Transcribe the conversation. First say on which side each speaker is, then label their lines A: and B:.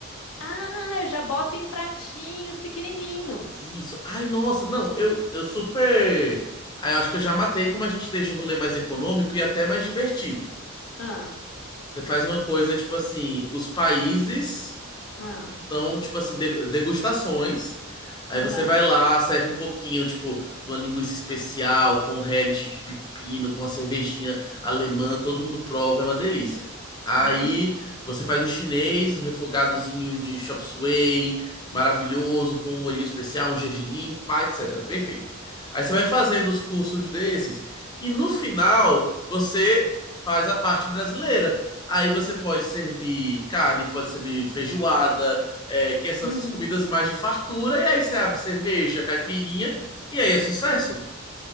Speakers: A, on the left; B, on the left.
A: ah, eu já boto em pratinhos pequenininhos.
B: Isso. Ai, nossa, não, eu, eu super. Ah, eu acho que eu já matei como a gente deixa o rolê mais econômico e até mais divertido.
A: Ah,
B: Você faz uma coisa, tipo assim, os países.
A: ah,
B: são, tipo assim, de- degustações. Aí
A: aham,
B: você vai lá, serve um pouquinho, tipo, de uma linguiça especial, com relish de pepino, com a cervejinha alemã, todo mundo prova, é uma delícia. Aí
A: uhum,
B: você faz o chinês, um refogadozinho de chop suey, maravilhoso, com um molhinho especial, um gergelim, pá, etc. Perfeito. Aí você
A: uhum,
B: vai fazendo os cursos desses, e no final você faz a parte brasileira. Aí você pode servir carne, pode servir feijoada, é, que são
A: uhum,
B: essas comidas mais de fartura, e aí você abre cerveja, caipirinha, e aí é sucesso.
A: uhum.